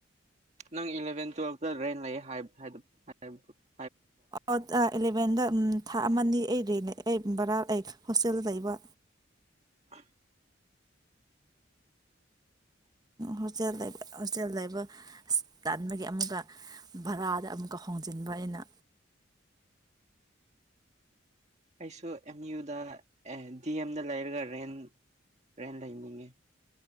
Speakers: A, on the right (about 35°); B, on the right (about 20°).
A: ꯅꯪ ꯏꯂꯚꯦꯟ ꯇꯨꯋꯦꯜꯇ ꯀꯥꯏ ꯂꯩꯌꯦ
B: ꯑꯣ ꯏꯂꯚꯦꯟꯗ ꯎꯝ ꯊꯥ ꯑꯃꯅꯤ ꯑꯩ ꯅꯦ ꯑꯩ ꯕꯔꯥ ꯑꯩ ꯍꯣꯁꯇꯦꯜꯗ ꯂꯩꯕ
A: <unintelligible>
B: ꯍꯣꯁꯇꯦꯜ ꯂꯩꯕ ꯍꯣꯁꯇꯦꯜ ꯂꯩꯕ ꯑꯁ ꯇꯟꯕꯒꯤ ꯑꯃꯨꯛꯀ ꯚꯔꯥꯗ ꯑꯃꯨꯛꯀ ꯍꯣꯡꯖꯤꯟꯕ ꯑꯩꯅ
A: ꯑꯩꯁꯨ ꯑꯦꯝ ꯌꯨꯗ ꯑꯦ ꯗꯤ ꯑꯦꯝꯗ ꯂꯩꯔꯒ ꯔꯦꯟ ꯔꯦꯟ ꯂꯩꯅꯤꯡꯉꯤ